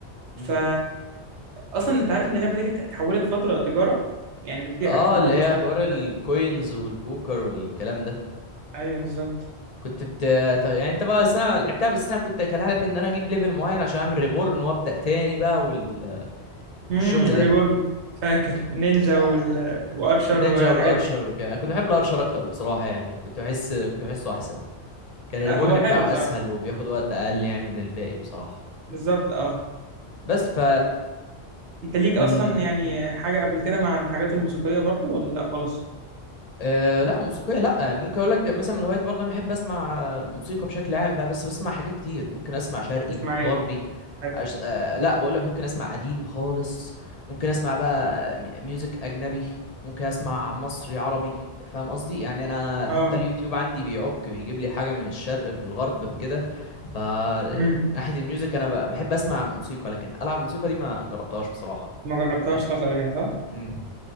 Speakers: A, on the left (about 45°); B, on the right (about 90°).
A: امم
B: فا اصلا انت عارف ان اللعبه دي كانت اتحولت فتره تجاره يعني بتبيع
A: اه
B: اكونتات
A: اللي هي
B: واشتري
A: حوار
B: اكونتات
A: الكوينز والبوكر والكلام ده
B: ايوه بالظبط
A: كنت بت... طب يعني انت بقى بس انا لعبتها بس انا كنت كان هدفي ان انا اجيب ليفل معين عشان اعمل ريبورن وابدا تاني بقى وال...
B: امم
A: والشغل
B: ريبورن
A: ده
B: فاكر نينجا
A: آه،
B: وال... وارشر
A: النينجا
B: والحاجات
A: والارشر
B: دي
A: وكده انا كنت بحب الارشر اكتر بصراحه يعني كنت بحس كنت بحسه احسن كان الريبورن
B: هو حلو
A: بتاعه
B: بصراحه
A: اسهل وبياخد وقت اقل يعني من الباقي بصراحه
B: بالظبط اه
A: بس ف
B: انت ليك اصلا
A: ال...
B: يعني حاجه قبل كده مع الحاجات الموسيقيه برضو ولا لا خالص
A: أه لا موسيقية لا ممكن اقول لك مثلا من هوايتي برضه انا بحب اسمع آه، موسيقى بشكل عام بقى بس بسمع حاجات كتير ممكن اسمع شرقي
B: اسمع ايه
A: غربي
B: حلو
A: أش... أه لا بقول لك ممكن اسمع قديم خالص ممكن اسمع بقى مي- ميوزك اجنبي ممكن اسمع مصري عربي فاهم قصدي يعني انا حتى
B: اه
A: اليوتيوب عندي بيعك بيجيب لي حاجة من الشرق في الغرب في كده ف
B: امم
A: ناحية الميوزك انا ب- بحب اسمع موسيقى لكن العب موسيقى دي ما جربتهاش بصراحة
B: ما جربتهاش خالص قبل كده صح
A: إمم.